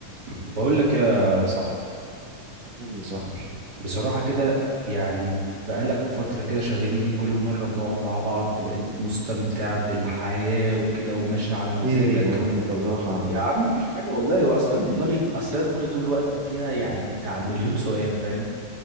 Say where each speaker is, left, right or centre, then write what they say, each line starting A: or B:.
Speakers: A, on the right (about 35°); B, on the right (about 65°).
A: بقول لك يا صاحبي
B: قول يا صاحبي
A: بصراحة كده يعني بقالك فترة كده شاغلني كل مرة بنقعد مع بعض بلاقيك مستمتع بالحياة وكده وماشي على مزاجك
B: ايه يا عم بالراحة يا عم
A: يا عم مفيش حاجة والله هو أصلا
B: <laughs>
A: دماغي أصلا دماغي طول الوقت فيها يعني بتاع مليون سؤال فاهم